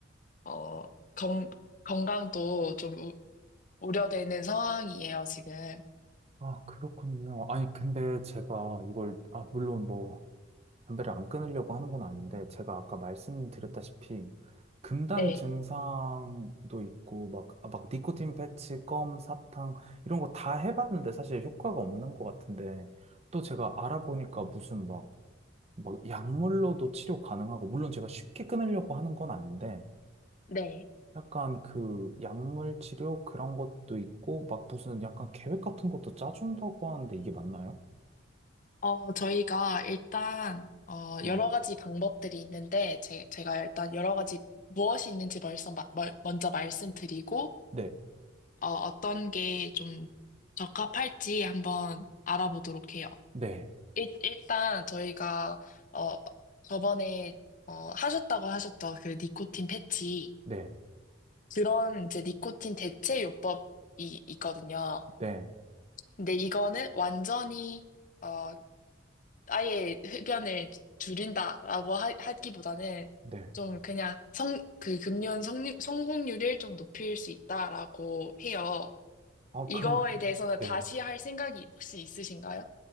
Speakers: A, on the left; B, on the right.
A: 어, 건, 건강도 좀 우, 우려되는 상황이에요, 지금.
B: 아, 그렇군요. 아니, 근데 제가 이걸, 아, 물론 뭐, 담배를 안 끊으려고 하는 건 아닌데, 제가 아까 말씀드렸다시피, 금단
A: 네,
B: 증상도 있고, 막, 아, 막, 니코틴 패치, 껌, 사탕, 이런 거 다 해봤는데 사실 효과가 없는 것 같은데, 또 제가 알아보니까 무슨 막, 막, 약물로도 치료 가능하고, 물론 제가 쉽게 끊으려고 하는 건 아닌데,
A: 네.
B: 약간 그 약물 치료 그런 것도 있고, 막 무슨 약간 계획 같은 것도 짜준다고 하는데 이게 맞나요?
A: 어, 저희가 일단, 어,
B: 네.
A: 여러 가지 방법들이 있는데, 제, 제가 일단 여러 가지 무엇이 있는지 벌써 마- 멀- 먼저 말씀드리고,
B: 네.
A: 어, 어떤 게 좀 적합할지 한번 알아보도록 해요.
B: 네.
A: 일, 일단 저희가, 어, 저번에, 어, 하셨다고 하셨죠. 그 니코틴 패치.
B: 네.
A: 그런 이제 니코틴 대체 요법이 있거든요.
B: 네.
A: 근데 이거는 완전히 어 아예 흡연을 줄인다라고 하, 하기보다는
B: 네.
A: 좀 그냥 성 그 금연 성 성공률을 좀 높일 수 있다라고 해요.
B: 아,
A: 이거에
B: 그럼,
A: 대해서는
B: 네.
A: 다시 할 생각이 혹시 있으신가요?